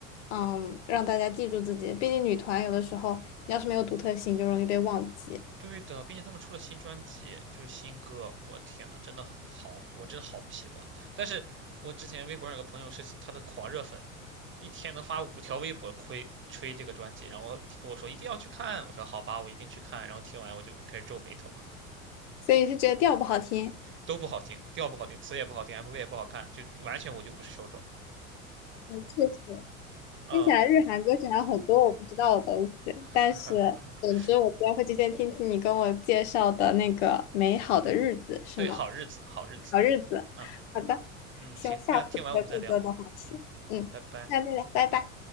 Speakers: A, on the left; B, on the right.
A: 嗯，让大家记住自己。毕竟女团有的时候，你要是没有独特性，就容易被忘记。
B: 对的，并且他们出了新专辑，就是新歌，我天呐，真的好，我真好不喜欢。但是我之前微博上有个朋友是他的狂热粉，一天能发五条微博吹吹这个专辑，然后跟我说一定要去看，我说好吧，我一定去看。然后听完我就开始皱眉头，
A: 所以是觉得调不好听？
B: 都不好听，调不好听，词也不好听，MV 也不好看，就完全我就不是受众。
A: 嗯，确实，
B: 嗯，
A: 听起来日韩歌曲还有很多我不知道的东西。
B: <laughs>
A: 但是，总之，我今天会提前听听你跟我介绍的那个《美好的日子》，是吗？
B: 对，好日子，好日子，
A: 好日子。
B: 嗯。
A: 好的，
B: 嗯，
A: 希望下次再更多的话题。
B: 行，那听完我们再聊。嗯，
A: 嗯，
B: 拜拜。
A: 那再来，拜拜。